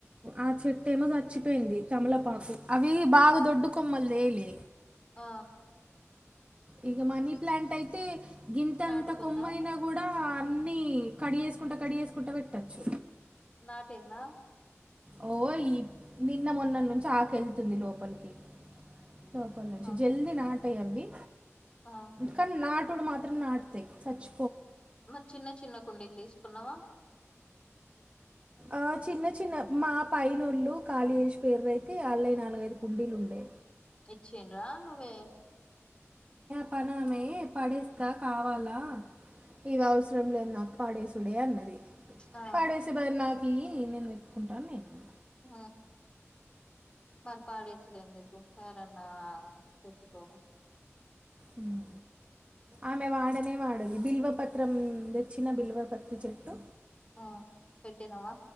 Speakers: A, on the right (about 25°); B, on the left (about 20°).
A: ఆ చెట్టు ఏమో చచ్చిపోయింది తమలపాకు అవి బాగా దొడ్డు కొమ్మలు లేలే
B: ఆ
A: ఇంగ మనీ ప్లాంట్ అయితే గింతంత
B: నాటుకుందా
A: కొమ్మ ఐనా కూడా ఆ అన్ని కడిగేసుకుంటా కడిగేసుకుంటా పెట్టచ్చు
B: నాటిందా
A: ఓ ఈ నిన్న మొన్న నుంచి ఆకెళ్తుంది లోపలికి లోపన్ వచ్చి
B: ఆ
A: జల్ది నాటయలి
B: ఆ
A: కాని నాట్ డు మాత్రం నాటుతై సచ్
B: మరి చిన్న చిన్న కుండీలు తీసుకున్నవా
A: ఆ చిన్న చిన్న మా పైనోళ్ళు కాలిజేసిపోయిర్రు అయితే ఆళ్ళైయి నాలుగైదు కుండీలు ఉండే
B: ఇచ్చిండ్రా నువ్వే
A: పనామే పడేస్తా కావా ల ఇవి అవసరం లేదు నాకు పాడేసుడే అన్నది
B: ఆ
A: పడేసే బదులు నాకు ఇయ్యి నేను వెటుకుంటా అని నేను అన్న
B: ఉ మరి పాడేేషిర్రు అని చెప్పు ఎవరన్నా పెట్టుకో
A: ఉమ్ ఆమె వాడనే వాడది బిల్వ పత్రం తెచ్చిన బిల్వ పత్రి చెట్టు
B: ఆ పెట్టినవా